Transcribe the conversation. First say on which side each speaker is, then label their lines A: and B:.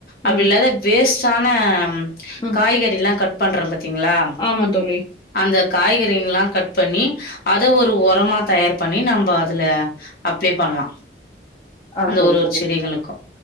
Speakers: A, on the left (about 55°); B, on the left (about 25°).
A: அப்டில்லாத
B: ம்
A: வேஸ் ட்டான
B: ம்
A: காய்கறில்லா கட் பண்றம்ப த்திங்ளா
B: ஆமா தோழி
A: அந்த காய்கறிங்கல்லா கட் பண்ணி அத ஒரு ஒரமா தயார் பண்ணி நம்ப அதுல அப்ளே பண்லா
B: ஆ
A: அந்த
B: சரி
A: ஒரு ஒரு
B: தோழி
A: செடிகளுக்கும்